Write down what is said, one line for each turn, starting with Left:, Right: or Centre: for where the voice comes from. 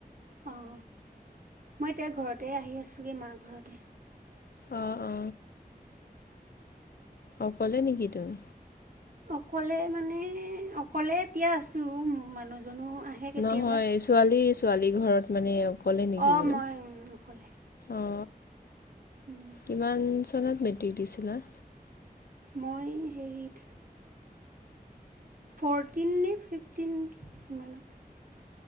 Right: অহ মই এতিয়া ঘৰতে আহি আছোগে মাৰ ঘৰত
Left: অ অ অকলে নেকি তুমি
Right: অকলে মানে অকলে এতিয়া আছো মোৰ মানুহজনো আহে কেতিয়াবা
Left: নহয় ছোৱালী ছোৱালী ঘৰত মানে অকলে নেকি
Right: অঁ
Left: বুলি
Right: মই উম, অকলে
Left: অ অ
Right: উম,
Left: কিমান চনত মেট্ৰিক দিছিলা
Right: মই হেৰিত ফৰটিন নে ফিফটিন ইমানত